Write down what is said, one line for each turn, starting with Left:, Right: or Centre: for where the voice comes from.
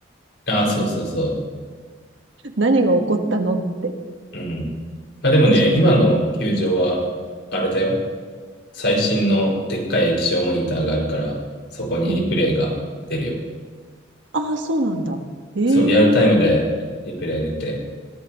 Left: う。ああ、
Right: <laughs>
Left: そうそうそ
Right: 何が起こったのって、
Left: う。うん。まあでもね、
Right: でしょ
Left: 今の球場は、あれだよ。最新のでっかい液晶モニターがあるから、そこにリプレイが出るよ。
Right: う。うん。ああ、そうなんだ。ええ
Left: そう、リアルタイムでリプレイ出て、